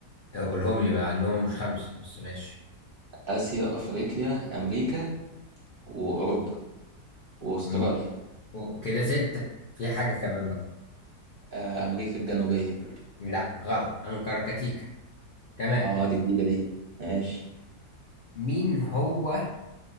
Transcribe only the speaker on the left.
قولهم لي مع انهم مش خمسة بس ماشي
م- و- كده ستة في حاجة كمان بقى
لا غلط انكركتيكا تمام
مين هو